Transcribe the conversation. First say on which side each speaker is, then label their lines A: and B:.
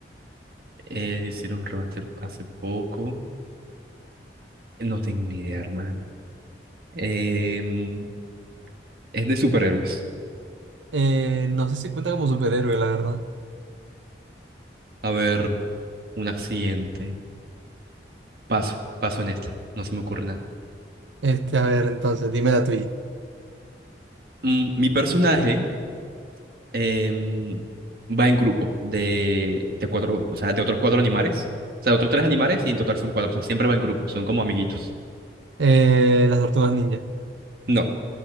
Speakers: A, on the right; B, on the right.
A: Eh, hicieron un remaster hace poco. No tengo ni idea, hermano. Em, es de superhéroes.
B: Eh, no sé si cuenta como superhéroe, la verdad.
A: A ver, un accidente. Paso, paso en esta. No se me ocurre nada.
B: Este, a ver, entonces, dime la tuya.
A: Mm, Mi personaje em, va en grupo de, de cuatro, o sea, de otros cuatro animales. O sea, de otros tres animales y en total son cuatro. O sea, siempre va en grupo, son como amiguitos.
B: Eh, las tortugas ninja.
A: No,